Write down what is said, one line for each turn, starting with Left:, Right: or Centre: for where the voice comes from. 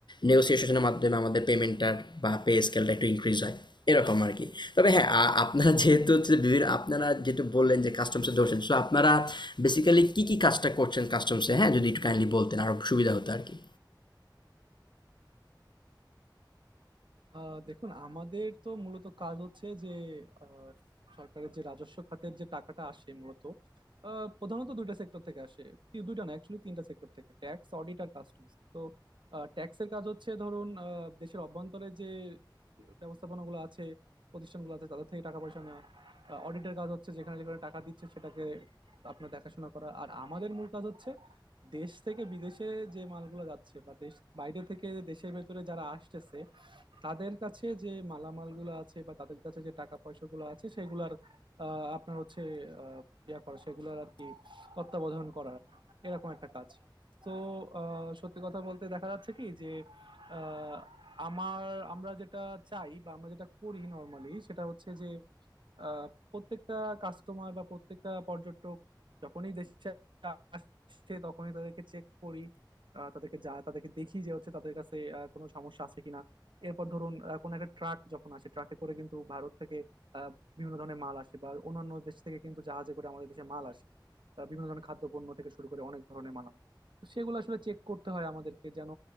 Left: নেগোসিয়েশনের মাধ্যমে আমাদের পেমেন্টটার বা পে স্কেলটা একটু ইনক্রিজ হয় এরকম আর কি তবে হ্যাঁ আ- আপনারা যেহেতু হচ্ছে বিভিন্ন আপনারা যেহেতু বললেন যে কাস্টমসে ধরছেন সো আপনারা বেসিক্যালি কি কি কাজটা করছেন কাস্টমসে হ্যাঁ যদি একটু কাইন্ডলি বলতেন আরো সুবিধা হতো আর কি
Right: আহ দেখুন আমাদের তো মূলত কাজ হচ্ছে যে আহ, সরকারের যে রাজস্ব খাতের যে টাকাটা আসে মূলত আহ, প্রধানত দুইটা সেক্টর থেকে আসে তি- দুইটা না অ্যাকচুয়ালি তিনটা সেক্টর থেকে ট্যাক্স অডিট আর কাস্টমস তো ট্যাক্সের কাজ হচ্ছে ধরুন আহ, দেশের অভ্যন্তরে যে ব্যবস্থাপনাগুলো আছে প্রতিষ্ঠানগুলো আছে তাদের থেকে টাকা পয়সা নেওয়া অডিটের কাজ হচ্ছে যেখানে যেখানে টাকা দিচ্ছে সেটাকে আপনার দেখাশোনা করা আর আমাদের মূল কাজ হচ্ছে দেশ থেকে বিদেশে যে মালগুলো যাচ্ছে বা দেশ বাইরে থেকে দেশের ভেতরে যারা আসতেছে তাদের কাছে যে মালামালগুলো আছে বা তাদের কাছে যে টাকা পয়সাগুলো আছে সেগুলার আহ, আপনার হচ্ছে আহ, ইয়া করা সেগুলার আর কি তত্ত্বাবধান করার এরকম একটা কাজ তো আহ, সত্যি কথা বলতে দেখা যাচ্ছে কি যে আহ, আমার আমরা যেটা চাই বা আমরা যেটা করি নর্মালি সেটা হচ্ছে যে আহ, প্রত্যেকটা কাস্টমার বা প্রত্যেকটা পর্যটক যখনই দেশে আসছে তখনই তাদেরকে চেক করি আহ, তাদেরকে যা তাদেরকে দেখি যে হচ্ছে তাদের কাছে আহ, কোনো সমস্যা আছে কিনা এরপর ধরুন আহ, কোনো একটা ট্রাক যখন আসে ট্রাকে করে কিন্তু ভারত থেকে আহ, বিভিন্ন ধরনের মাল আসে বা অন্যান্য দেশ থেকে কিন্তু জাহাজে করে আমাদের দেশে মাল আসে আহ, বিভিন্ন ধরনের খাদ্যপণ্য থেকে শুরু করে অনেক ধরনের মালামাল তো সেগুলো আসলে চেক করতে হয় আমাদেরকে যেন